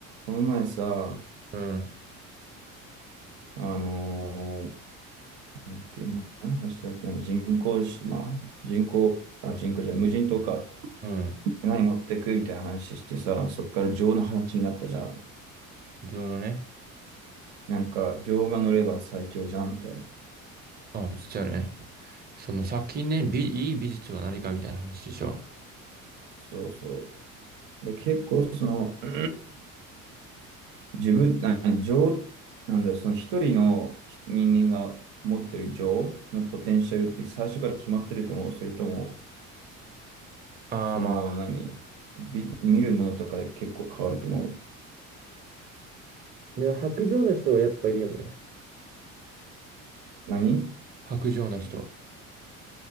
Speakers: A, on the right (about 70°); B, on the right (about 25°).
A: この前さ、
B: うん、
A: あのーなんだっけな、何の話だっけな、人工島、人工、あ、人工じゃない、無人島か。
B: うん。
A: 何持ってくみたいな話してさ、そっから情の話になったじゃん。
B: 情のね。
A: なんか、情が乗れば最強じゃん、みたいな。
B: あ、言っちゃうね。その先ね、美、いい美術は何かみたいな話でしょ。
A: そうそう。で、結構、その、<clears throat> 自分、な、情、なんだよ、その一人の人間が持ってる情のポテンシャルって最初から決まってると思う。それとも、
B: ああ、
A: その、
B: まあ、
A: 何、び見るものとかで結構変わると思う。
B: でも白状な人はやっぱいるよね。
A: 何
B: 薄情な人。